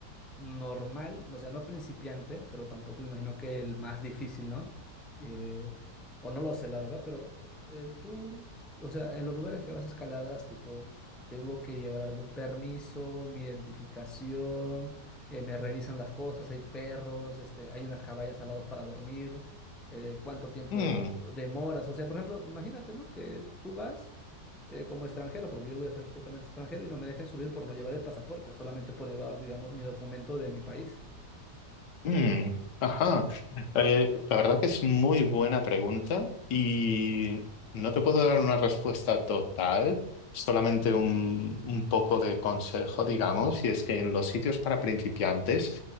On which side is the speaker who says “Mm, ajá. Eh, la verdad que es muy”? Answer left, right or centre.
Left